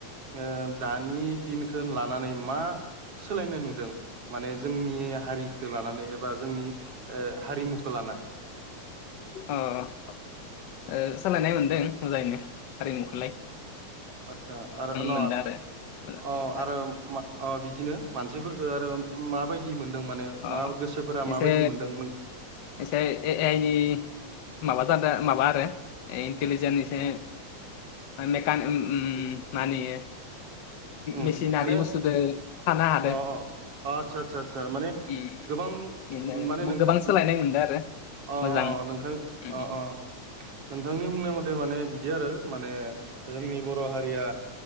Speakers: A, on the right; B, on the left.
A: ओ दानि दिनखो लानानै मा सोलायनाय नुदों माने जोंनि हारिखो लानानै। बा जोंनि ओ हारिमुखो लाना
B: अ ओ सोलायनाय मोनदों मोजाङैनो हारिमुखो।
A: आतसा आरो नङा
B: मोनदों आरो मोजां
A: अ
B: जादों।
A: आरो मा अ बिदिनो मानसिफोरखो आरो माबायदि मोनदों माने
B: अ
A: मा गोसोफोरा
B: एसे
A: माबायदि मोनदों नों
B: एसे ए आइ नि माबा जादों माबा आरो इन्टलिजेन्स एसे मेकान उम मा होनोयो
A: उम
B: मेसिनारि
A: माने
B: बुस्थुदो थानो हादो
A: अ अ आतसा आतचा आ माने
B: उम
A: गोबां
B: बिदिनो
A: माने नोंथा
B: गोबां सोलायनाय मोनदों आरो
A: अ
B: मोजां
A: नोंथां
B: उम
A: अ
B: उम
A: अ नोंथांनि बुंनाय मथे माने बिदि आरो माने जोंनि हारिया